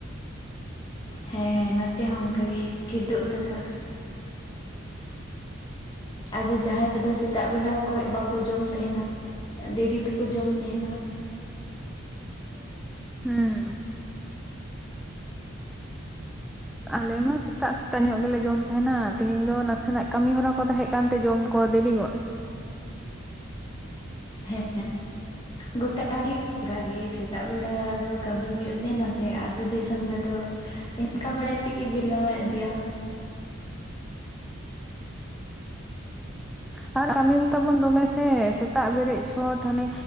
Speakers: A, on the left; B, in the centre.
A: ᱦᱮᱸ ᱱᱚᱛᱮ ᱦᱚᱸ ᱚᱝᱠᱟ ᱜᱮ ᱠᱤᱫᱩᱜᱽ ᱫᱟᱠᱟ᱾ <inaudible> ᱟᱫᱚ ᱡᱟᱦᱟᱸᱭ ᱫᱚ ᱥᱮᱛᱟᱜ ᱵᱮᱞᱟ ᱠᱷᱚᱡᱽ ᱵᱟᱠᱚ ᱡᱚᱢ ᱛᱮᱦᱮᱱᱟ ᱫᱮᱨᱤ ᱛᱮᱠᱚ ᱡᱚᱢ ᱛᱮᱦᱮᱱᱟ᱾ <unintelligible>
B: ᱦᱩᱸ ᱟᱞᱮ ᱢᱟ ᱥᱮᱛᱟᱜ ᱥᱮᱛᱟᱜ ᱧᱚᱜ ᱜᱮᱞᱮ ᱡᱚᱢ ᱛᱟᱦᱮᱱᱟ ᱛᱮᱦᱮᱧ ᱫᱚ ᱱᱟᱥᱮᱱᱟᱜ ᱠᱟᱹᱢᱤ ᱦᱚᱨᱟ ᱠᱚ ᱛᱟᱦᱮᱸ ᱠᱟᱱ ᱛᱮ ᱡᱚᱢ ᱠᱚ ᱫᱮᱨᱤ ᱜᱚᱜ ᱱᱟ
A: ᱦᱮᱸ ᱜᱚᱴᱟ ᱜᱮ ᱚᱱᱠᱟᱜᱮ ᱥᱮᱛᱟᱜ ᱵᱮᱲᱟ ᱫᱚ ᱠᱟᱹᱢᱤ ᱦᱩᱭᱩᱜ ᱛᱟᱦᱮᱱᱟ ᱥᱮ ᱟᱛᱩ ᱫᱤᱥᱚᱢ ᱨᱮᱫᱚ ᱤᱱᱠᱟ ᱵᱟᱲᱟᱭ ᱛᱮᱜᱮ ᱵᱮᱞᱟ ᱤᱫᱤᱜᱼᱟ
B: ᱦᱚᱸ ᱟᱨ ᱠᱟᱹᱢᱤ ᱦᱚᱸ ᱛᱟᱵᱚᱱ ᱫᱚᱢᱮ ᱥᱮ ᱥᱮᱛ ᱥᱮᱛᱟᱜ ᱵᱮᱨᱮᱫ ᱪᱷᱚᱴ ᱦᱟᱱᱮ